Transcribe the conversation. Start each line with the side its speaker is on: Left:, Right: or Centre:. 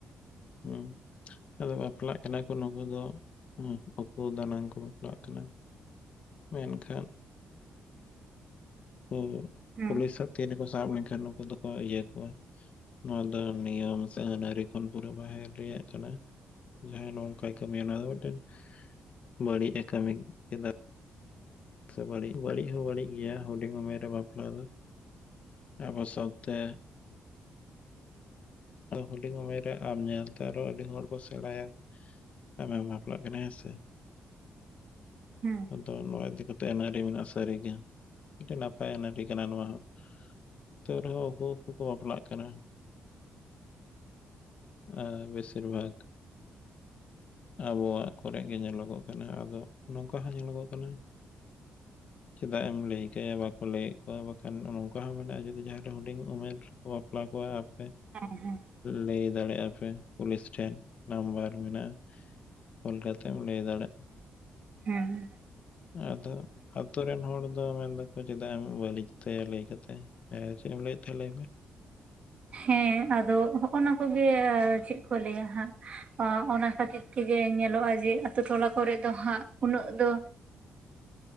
Left: ᱦᱮᱸ ᱟᱫᱚ ᱵᱟᱯᱞᱟᱜ ᱠᱟᱱᱟ ᱠᱚ ᱱᱩᱠᱩ ᱫᱚ ᱩᱠᱩ ᱫᱟᱱᱟᱝ ᱠᱚ ᱵᱟᱯᱞᱟᱜ ᱠᱟᱱᱟ᱾ ᱢᱮᱱᱠᱷᱟᱱ ᱩᱱᱠᱩ
Right: ᱦᱮᱸ
Left: ᱯᱩᱞᱤᱥᱟᱜ ᱛᱤᱨᱮ ᱠᱚ ᱥᱟᱵ ᱞᱮᱠᱷᱟᱱ ᱱᱩᱠᱩ ᱫᱚᱠᱚ ᱤᱭᱟᱹ ᱠᱚᱣᱟ᱾ ᱱᱚᱣᱟ ᱫᱚ ᱱᱤᱭᱚᱢ ᱥᱮ ᱟᱹᱱ-ᱟᱹᱨᱤ ᱠᱷᱚᱱ ᱯᱩᱨᱟᱹ ᱵᱟᱦᱮᱨ ᱨᱮᱭᱟᱜ ᱠᱟᱱᱟ᱾ ᱡᱟᱦᱟᱸᱭ ᱱᱚᱝᱠᱟᱭ ᱠᱟᱹᱢᱤᱭᱟ ᱚᱱᱟ ᱫᱚ ᱢᱤᱫᱴᱮᱱ ᱵᱟᱹᱲᱤᱡ ᱮ ᱠᱟᱹᱢᱤ ᱠᱮᱫᱟ ᱥᱮ ᱵᱟᱹᱲᱤᱡ ᱵᱟᱹᱲᱤᱡ ᱦᱚᱸ ᱵᱟᱹᱲᱤᱡ ᱜᱮᱭᱟ ᱦᱩᱰᱤᱝ ᱩᱢᱮᱨ ᱨᱮ ᱵᱟᱯᱞᱟ ᱫᱚ᱾ ᱟᱵᱚ ᱥᱟᱶᱛᱮ ᱟᱫᱚ ᱦᱩᱰᱤᱧ ᱩᱢᱮᱨ ᱨᱮ ᱟᱢ ᱧᱮᱞᱛᱮ ᱟᱨᱚ ᱟᱹᱰᱤ ᱦᱚᱲ ᱠᱚ ᱥᱮᱬᱟᱭᱟ᱾ ᱟᱢᱮᱢ ᱵᱟᱯᱞᱟᱜ ᱠᱟᱱᱟ ᱦᱮᱸᱥᱮ
Right: ᱦᱩᱸ᱾
Left: ᱟᱫᱚ ᱱᱚᱣᱟ ᱤᱫᱤ ᱠᱟᱛᱮ ᱟᱹᱱ ᱟᱹᱨᱤ ᱢᱮᱱᱟᱜᱼᱟ ᱥᱟᱹᱨᱤᱜᱮ ᱟᱹᱰᱤ ᱱᱟᱯᱟᱭ ᱟᱹᱱ ᱟᱹᱨᱤ ᱠᱟᱱᱟ ᱱᱚᱣᱟ ᱦᱚᱸ᱾ ᱛᱟᱹᱣ ᱨᱮᱦᱚᱸ ᱩᱠᱩ ᱩᱠᱩ ᱠᱚ ᱵᱟᱯᱞᱟᱜ ᱠᱟᱱᱟ᱾ ᱟᱨ ᱵᱮᱥᱤᱨ ᱵᱷᱟᱜᱽ ᱾ ᱟᱵᱚᱣᱟᱜ ᱠᱚᱨᱮ ᱜᱮ ᱧᱮᱞᱚᱜᱚᱜ ᱠᱟᱱᱟ ᱟᱫᱚ ᱱᱚᱝᱠᱟ ᱦᱚᱸ ᱧᱮᱞᱚᱜᱚᱜ ᱠᱟᱱᱟ᱾ <inaudible> ᱪᱮᱫᱟᱜ ᱮᱢ ᱞᱟᱹᱭ ᱠᱟᱭᱟ ᱵᱟᱠᱚ ᱞᱟᱹᱭᱮᱫ ᱠᱚᱣᱟ ᱵᱟᱠᱷᱟᱱ ᱱᱚᱝᱠᱟ ᱦᱚᱸ ᱢᱮᱱᱟᱜᱼᱟ ᱡᱩᱫᱤ ᱡᱟᱦᱟᱸᱨᱮ ᱦᱩᱰᱤᱧ ᱩᱢᱮᱨ ᱠᱚ ᱯᱟᱵᱞᱟ ᱠᱚᱣᱟ ᱟᱯᱮ
Right: ᱦᱮᱸ ᱦᱮᱸ᱾
Left: ᱞᱟᱹᱭ ᱫᱟᱲᱮᱭᱟᱜᱼᱟ ᱯᱮ ᱯᱩᱞᱤᱥ ᱴᱷᱮᱱ ᱱᱟᱢᱵᱟᱨ ᱢᱮᱱᱟᱜᱼᱟ᱾ ᱯᱷᱳᱱ ᱠᱟᱛᱮᱢ ᱞᱟᱹᱭ ᱫᱟᱲᱮᱭᱜ
Right: ᱦᱮᱸ ᱦᱮᱸ ᱦᱮᱸ
Left: ᱟᱫᱚ ᱟᱯᱮ ᱟᱛᱳ ᱨᱮᱱ ᱦᱚᱲ ᱫᱚ ᱢᱮᱱ ᱮᱫᱟᱠᱚ ᱪᱮᱫᱟᱜ ᱮᱢ ᱵᱟᱹᱲᱤᱡ ᱛᱟᱭᱟ ᱞᱟᱹᱭ ᱠᱟᱛᱮ, ᱪᱮᱫ ᱮᱢ ᱞᱟᱹᱭᱮᱫ ᱛᱟᱦᱮᱸ ᱞᱟᱹᱭ ᱢᱮ?
Right: ᱦᱮᱸ ᱟᱫᱚ ᱦᱚᱜ ᱱᱟ ᱠᱚᱜᱮ ᱪᱮᱫᱠᱚ ᱞᱟᱹᱭᱟ ᱦᱟᱸᱜ ᱚᱱᱟ ᱠᱷᱟᱹᱛᱤᱨ ᱛᱮᱜᱮ ᱧᱮᱞᱚᱜᱼᱟ ᱡᱮ ᱟᱹᱛᱩ ᱴᱚᱞᱟ ᱠᱚᱨᱮ ᱫᱚ ᱦᱟᱸᱜ ᱩᱱᱟᱹᱜ ᱫᱚ
Left: <inaudible>